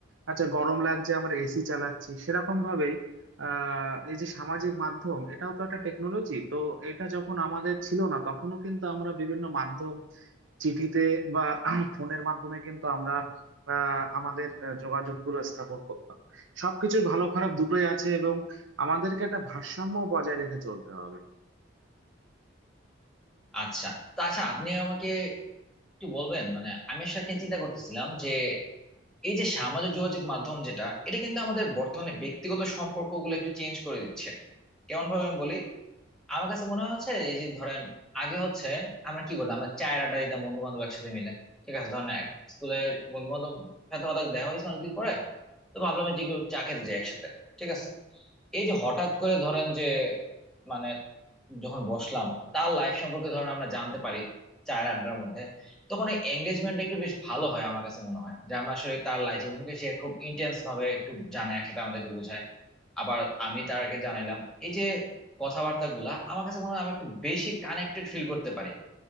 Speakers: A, on the right; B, in the centre.
A: আচ্ছা গরম লাগছে আমরা এসি চালাচ্ছি সেরকম ভাবেই আহ এই যে সামাজিক মাধ্যম এটাও তো একটা টেকনোলজি তো এটা যখন আমাদের ছিল না তখনও কিন্তু আমরা বিভিন্ন মাধ্যম চিঠিতে বা ফোনের মাধ্যমে কিন্তু আমরা আহ, আমাদের যোগাযোগ গুলো স্থাপন করতাম সবকিছুর ভালো খারাপ দুটোই আছে এবং আমাদেরকে একটা ভারসাম্য বজায় রেখে চলতে হবে
B: আচ্ছা তো আচ্ছা আপনি আমাকে একটু বলবেন মানে আমি আসলে একটা চিন্তা করতেছিলাম যে এই যে সামাজিক যোগাযোগ মাধ্যম যেটা এটা কিন্তু আমাদের বর্তমানে ব্যক্তিগত সম্পর্কগুলো একটু চেঞ্জ করে দিচ্ছে কেমন ভাবে আমি বলি আমার কাছে মনে হচ্ছে এই যে ধরেন আগে হচ্ছে আমরা কি করতাম আমরা চায়ের আড্ডা দিতাম বন্ধু বান্ধব একসাথে মিলে ঠিক আছে ধরেন এক স্কুলের বন্ধু বান্ধব সাথে হঠাৎ দেখা হয়েছে অনেকদিন পরে তো ভাবলাম যে কেউ চা খেতে যাই একসাথে ঠিক আছে এই যে হঠাৎ করে ধরেন যে মানে যখন বসলাম তার লাইফ সম্পর্কে ধরেন আমরা জানতে পারি চায়ের আড্ডার মধ্যে তখন এই এঙ্গেজমেন্টটা একটু বেশ ভালো হয় আমার কাছে মনে হয় যে আমরা আসলে তার লাইফ জীবনকে সে খুব ইন্টেন্স ভাবে একটু জানে একসাথে আমাদেরকে বোঝায় আবার আমি তারকে জানাইলাম এই যে কথাবার্তা গুলা আমার কাছে মনে হয় আমি একটু বেশি কানেক্টেড ফিল করতে পারি